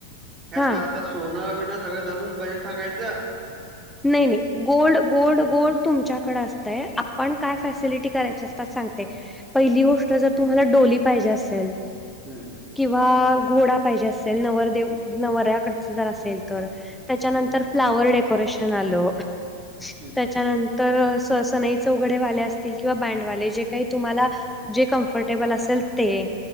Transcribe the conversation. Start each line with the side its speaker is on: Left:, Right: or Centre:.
Right: ह्याच
Centre: हा
Right: सोनं बिनं सगळं धरून बजेट सांगायचा.
Centre: नई नई गोल्ड गोल्ड गोल्ड तुमच्याकड असतंय, आपण काय फॅसिलिटी करायचे ते सांगते. पहिली गोष्ट, जर तुम्हाला डोली पाहिजे असेल
Right: हम्म.
Centre: किंवा घोडा पाहिजे असेल, नवरदेव नवऱ्याकडच जर असेल तर त्याच्यानंतर
Right: हम्म
Centre: फ्लावर डेकोरेशन आलं,
Right: हम्म
Centre: त्याच्यानंत तर स अस अस नईच उघडे वाले असतील किंवा बँडवाले जे काही तुम्हाला जे कम्फर्टेबल असेल ते